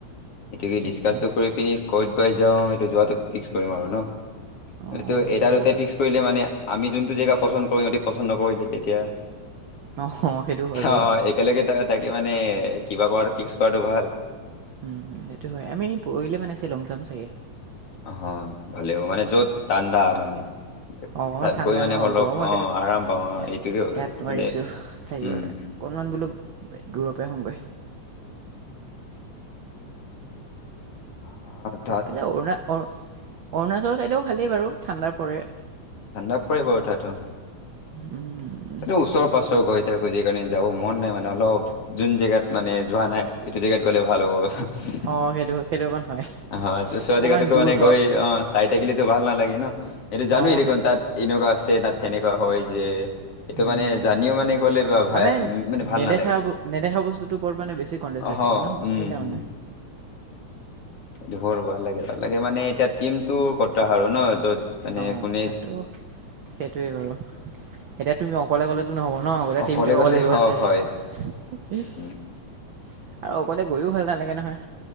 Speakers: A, on the left; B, on the right.
A: সেইটোকে
B: সেইটো
A: ডিচকাচটো কৰি পিনি ক'ত বা যাওঁ এইটো যোৱাটো। ফিক্স কৰিম আৰু ন,
B: অ
A: এই
B: সেইটোৱে
A: এটাতে
B: ভাল হয়।
A: ফিক্স- কৰিলে মানে আমি যোনতটো জেগা পচন্দ কৰো ইহঁতি পচন্দ নকৰিলে তেতিয়া।
B: অ সেইটো হয় বাৰু
A: অ একেলগে তাত থাকি মানে কিবা কৰাটো ফিক্স কৰাটো ভাল।
B: উম উম সেইটো হয় আমি পৰহিলে মানে শ্বিলং জাম চাগে।
A: অহ ভালেই হ'ব মানে য'ত ঠাণ্ডা মানে।
B: অ অকণমান
A: তাত
B: ঠাণ্ডা
A: গৈ মানে
B: ন
A: অলপ
B: গৰমত
A: অ
B: ইয়াত
A: আৰাম পাম
B: ইয়াত
A: অ এইটোকে
B: ইয়াত নোৱাৰিছোঁ
A: মানে,
B: থাকিবলৈ
A: উম।
B: অকণমান বোলো, দূৰৰ পৰা আহোগৈ।
A: অহ।
B: পিছে অৰুণা অ, অৰুণাচল ছাইডেও ভালেই বাৰু ঠাণ্ডা পৰে।
A: ঠাণ্ডা পৰিব তাতো।
B: উম।
A: এইটো ওচৰ পাচৰ গৈ থাকো যে, সেই কাৰণে যাব মন নাই মানে অলপ। যোন জেগাত মানে যোৱা নাই এইটো জেগাত গ'লে ভাল হ'ব।
B: অ'সেইটো'সেইটো' অকণ হয়।
A: অ' চোৱা
B: অকণমান
A: জেগাতোকো
B: দূৰ
A: মানে
B: হওক
A: গৈ অ' চাই থাকিলো ভাল নালাগে ন, সেইটো জানোৱেই
B: অ
A: দেখোন
B: সেইটো
A: তাত- এনেকুৱা আছে তাত তেনেকুৱা হয় যে- এইটো
B: উম
A: মানে জানিও মানে কলে বা
B: মানে
A: <unintelligible> মানে ভাল
B: নেদেখা
A: নালাগে।
B: ব- নেদেখা বস্তুটোৰ ওপৰত মানে বেছি কনটেষ্টেড
A: অহ
B: থাকে ন
A: উম
B: সেইকাৰণে
A: হম। ধবৰ ভাল লাগে ভাল লাগে মানে এতিয়া টিমটো কত আৰু ন য'ত মানে
B: অ
A: কোনে-
B: সেইটো সেইটোৱে বাৰু, এতিয়া তুমি অকলে ক'লে তো নহ'ব ন গোটেই
A: অকলে
B: টিমটোৱে ক'ব
A: গ'লে
B: লাগিব
A: অ
B: যে।
A: হয়
B: আৰু
A: উম
B: অকলে গৈও ভাল নালাগে নহয়।